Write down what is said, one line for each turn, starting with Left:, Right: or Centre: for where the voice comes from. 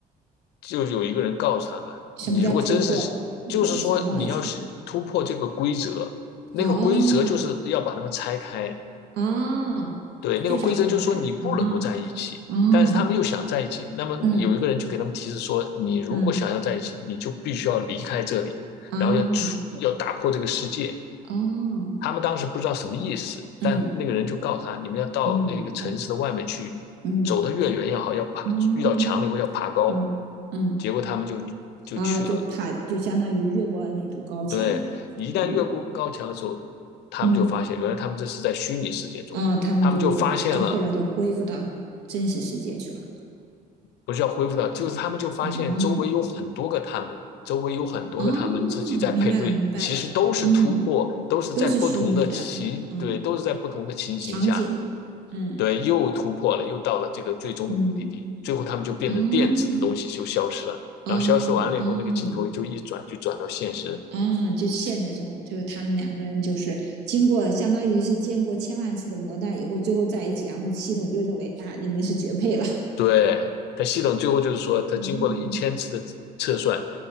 Left: 就有一个人告诉他们，
Right: 什么叫突破？
Left: 你如果真是，
Right: 我一下忘记了。
Left: 就是说你要是突破这个规则，那个规则就是要把他们拆开，
Right: 哦哦，
Left: 对，那个规则就是说你不能够在一起，
Right: 就是要分开啊，啊，嗯
Left: 但是他们又想在一起，那么有一个人就给他们提示说，
Right: 嗯
Left: 你如果想要在一起，
Right: 嗯
Left: 你就必须要离开这里，
Right: 啊，
Left: 然后要出要打破这个世界。
Right: 哦哦，
Left: 他们当时不知道什么意思，
Right: 嗯
Left: 但那个人就告诉他，你们要到那个城市的外面去，
Right: 嗯嗯
Left: 走得越远越好，要爬，
Right: 嗯
Left: 遇到墙了以后要爬高。
Right: 嗯嗯
Left: 结果他们就就去了。
Right: 啊，就怕就相当于越过了那堵高墙，
Left: 对，一旦越过高墙的时候，
Right: 嗯
Left: 他们就发现，
Right: 嗯，
Left: 原来他们这是在虚拟世界中，
Right: 啊，他们就就后来就恢复到真实世界去了。
Left: 他们就发现了，不是要恢复到，就是他们就发现周围有很多个他们，
Right: 哦，
Left: 周围有很多个他们自己在配对，
Right: 哦明白了明白了，
Left: 其实都是突破，
Right: 嗯，
Left: 都是在不同的情，
Right: 都是虚拟的，嗯，
Left: 对，都是在不同的情形下，
Right: 场景，嗯
Left: 对，又突破了，又到了这个最终的目的地，
Right: 嗯，
Left: 最后他们就变成电子的东西就消失了，
Right: 哦哦哦。
Left: 然后消失完了以后，那个镜头就一转，就转到现实
Right: 嗯，就现实中，就是他们两个人就是经过相当于是经过千万次的磨难以后，最后在一起，然后系统就认为啊，你们是绝配了。
Left: 对，它系统最后就是说，它经过了一千次的测算，
Right: 嗯